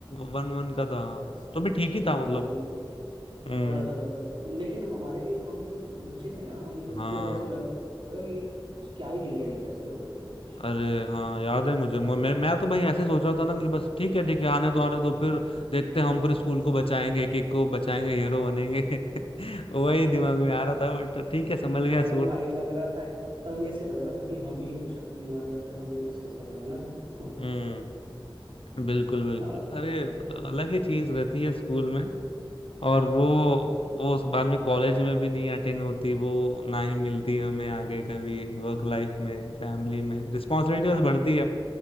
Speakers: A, on the left; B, on the right.
A: वन वन का था हाँ,
B: ऐसा
A: तो भी
B: कुछ
A: ठीक ही
B: तो
A: था मतलब
B: भाई
A: हम्म
B: बड़ा जबरदस्त लेकिन हमारे लिए तो हम तो बच्चे थे ना हमें तो मुझे
A: हाँ
B: तो ऐसे लगा कि क्या ही हिल गया ये कैसे हो गया इतना कुछ
A: अरे हाँ याद है मुझे मु- मैं मैं तो भाई ऐसे सोच रहा था ना कि बस ठीक है ठीक है आने दो आने दो फिर देखते हैं हम पूरे स्कूल को बचाएंगे एक एक को बचाएंगे हीरो बनेंगे <laughs> वही
B: <laughs>
A: दिमाग में आ रहा था बट ठीक है संभल गया
B: तभी
A: स्कूल
B: भाई लग रहा था कि- तभी ऐसे लग रहा था कि हम ही शक्तिमान या फिर हम ही ऐसे सब है ना <laughs>
A: हम्म बिल्कुल बिल्कुल
B: हाँ
A: अरे मतलब अलग ही चीज रहती है स्कूल में और वो वो उस बाद में कॉलेज में भी नहीं अटेंड होती वो ना ही मिलती है हमें आगे कभी वर्क लाइफ में फैमिली में रिस्पॉन्सिबिलिटी बस बढ़ती है